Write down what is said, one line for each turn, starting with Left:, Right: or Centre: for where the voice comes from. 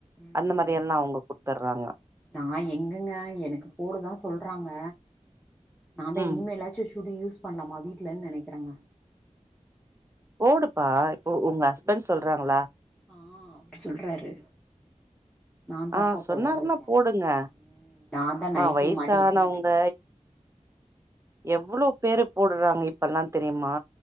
Centre: ம்
Right: அந்த மாரி
Centre: ம்
Right: எல்லா அவுங்க குடுத்தறாங்க
Centre: நா எங்கங்க எனக்கு போடுதா சொல்றாங்க நா தா
Right: ம்
Centre: இனிமேல்லாச்சு சுடி யூஸ் பண்ணலாமா வீட்லன் நெனைக்கிறங்க
Right: போடுப்பா இப்போ உங்க ஹஸ்பண்ட் சொல்றாங்ளா
Centre: ஆ சொல்றாரு நா தாப்பா
Right: ஆ சொன்னாருன்னா
Centre: போடாது இருக்கே
Right: போடுங்க
Centre: ம் நா தா
Right: மா
Centre: நைட்டிய
Right: வய்சானவங்க
Centre: மாட்டிட்டு மாட்டிட்டு
Right: எவ்ளோ பேரு போட்றாங்க இப்பல்லா தெரிய்மா